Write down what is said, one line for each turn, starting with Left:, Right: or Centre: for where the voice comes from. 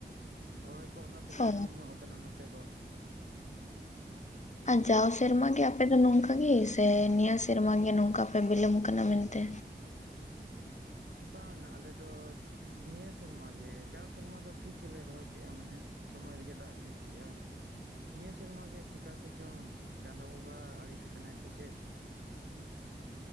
Right: ᱨᱚᱦᱚᱭ ᱠᱚ ᱚᱱᱟᱛᱮ ᱛᱟᱭᱱᱚᱢ
Left: ᱚ
Right: ᱧᱚᱸᱜ ᱠᱟᱱᱟ ᱱᱚᱛ ᱛᱮ ᱫᱚ᱾
Left: ᱟᱨ ᱡᱟᱣ ᱥᱮᱨᱢᱟ ᱜᱮ ᱟᱯᱮ ᱫᱚ ᱱᱚᱝᱠᱟ ᱜᱮ ᱥᱮ ᱱᱤᱭᱟᱹ ᱥᱮᱨᱢᱟ ᱜᱮ ᱱᱚᱝᱠᱟ ᱯᱮ ᱵᱤᱞᱚᱢ ᱟᱠᱟᱱᱟ ᱢᱮᱱᱛᱮ?
Right: ᱵᱟᱝᱟ ᱟᱞᱮ ᱫᱚ ᱱᱤᱭᱟᱹ ᱥᱮᱨᱢᱟ ᱜᱮ ᱡᱟᱣ ᱥᱮᱨᱢᱟ ᱫᱚ ᱴᱷᱤᱠ ᱜᱮᱞᱮ ᱨᱚᱦᱚᱭ ᱠᱮᱫᱼᱟ ᱢᱟᱱᱮ᱾ ᱥᱚᱢᱚᱭ ᱨᱮᱜᱮ ᱫᱟᱜ ᱮ ᱧᱩᱨ ᱠᱮᱜᱼᱟ᱾ ᱱᱤᱭᱟᱹ ᱥᱮᱨᱢᱟ ᱜᱮ ᱪᱤᱠᱟᱛᱮᱪᱚᱝ ᱪᱟᱸᱫ ᱵᱚᱸᱜᱟ ᱟᱲᱤᱥ ᱠᱟᱱᱟᱭ ᱥᱮ ᱪᱮᱫ?